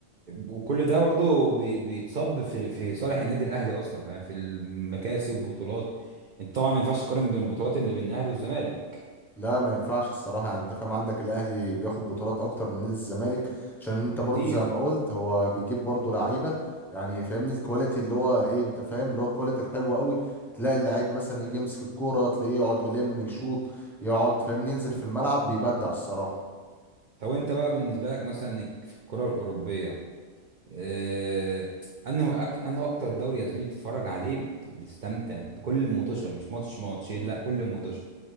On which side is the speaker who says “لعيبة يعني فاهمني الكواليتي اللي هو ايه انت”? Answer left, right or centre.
Centre